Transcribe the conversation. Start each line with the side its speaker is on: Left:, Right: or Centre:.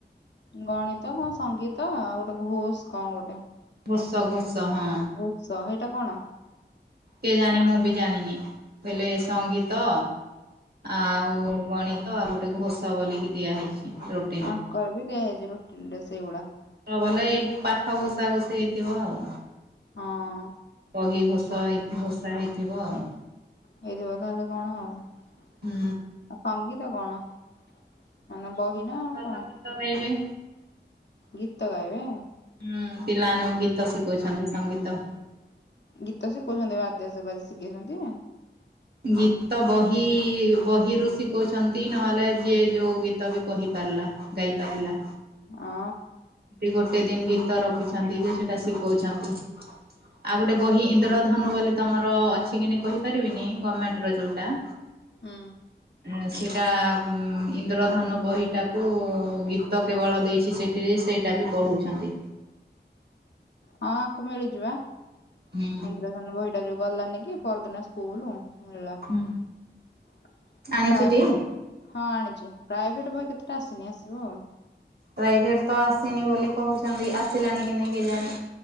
Left: ଗଣିତ କଣ ସଙ୍ଗୀତ ଆଉ ଗୋଟେ ଘୋଷ କଣ ଗୋଟେ।
Right: ଘୋଷ ଘୋଷ ହଁ।
Left: ବୁଷ ସେଇଟା କଣ?
Right: କିଏ ଜାଣି ମୁଁ ବି ଜାଣିନି ବୋଇଲେ ସଙ୍ଗୀତ ଆଉ ଗଣିତ ଆଉ ଗୋଟେ ଘୋଷା ବୋଲିକି ଦିଆହଇଛି ରଟି
Left: ଆଙ୍କର ବିି ଦିଆଯଇଛି ରୁଟିନି ସେଇଗୁଡା।
Right: ବଲେ ଏଇ ପାଠ ଘୋଷା ଘୋଷି ହେଇଥିବ ଆଉ।
Left: ହଁ।
Right: ବହି ଘସ ହେଇ ଘସା ହେଇଥିବ ଆଉ।
Left: ହେଇଥିବ ତାହେଲେ କଣ ଆଉ ଆଉ
Right: ହୁଁ।
Left: ସଙ୍ଗୀତ କଣ? ମାନେ ବହି
Right: ସଙ୍ଗୀତ
Left: ନା କଣ
Right: ତ ଗୀତ ଗାଇବେ।
Left: ଗୀତ ଗାଇବେ।
Right: ହୁଁ ପିଲାମାନଙ୍କୁ ଗୀତ ଶିଖଉଛନ୍ତି ସଙ୍ଗୀତ।
Left: ଗୀତ ଶିଖଉଛନ୍ତି ବାଦ୍ୟାସ ଆଜି ଶିଖେଇଛନ୍ତି।
Right: ଗୀତ ବହି ବହିରୁ ଶିଖଉଛନ୍ତି ନହେଲେ ଯିଏ ଯୋଉ ଗୀତ ଗୀତ ବି କହି ପାରିଲା ଗାଇ ପାରିଲା।
Left: ଅ
Right: ଗୋଟେ ଦିନ ଗୀତ ରଖିଛନ୍ତି ଯେ ସେଇଟା ଶିଖଉଛନ୍ତି। ଆଉ ଗୋଟେ ବହି ଇନ୍ଦ୍ରଧନୁ ବୋଲି ତମର ଅଛି କି ନେ କହିପାରିବିନି ଗମେଣ୍ଟ ର ଯୋଉଟା।
Left: ହଁ।
Right: ଆ ସେଟା ଉଁ ଇନ୍ଦ୍ରଧନୁ ବହିଟାକୁ ଗୀତ କେବଳ ଦେଇଛି ସେଠିରେ ସେ ଟା ବି ପଢ଼ୁଛନ୍ତି।
Left: ହଁ ଆକୁ ମିଳୁଚି ବା
Right: ହୁଁ
Left: ଇନ୍ଦ୍ରଧ <unintelligible> ବହିଟା ଯ ଗଲିଲାନି କି ପର୍ ଦିନ ସ୍କୁଲୁ। ମିଲା
Right: ହୁଁ
Left: ପ୍ରାଇଭେ
Right: ଆଣିଛିଟି?
Left: ହଁ ଆଣିଛି ପ୍ରାଇଭେଟ ବହି କେତେଟା ଆସିନି ଆସିବ ଆଉ।
Right: ପ୍ରାଇଭେଟ୍ ତ ଆସିନି ବୋଲି କହୁଛନ୍ତି ଆସିଲାଣି କି ନାଇ କେଜାଣି।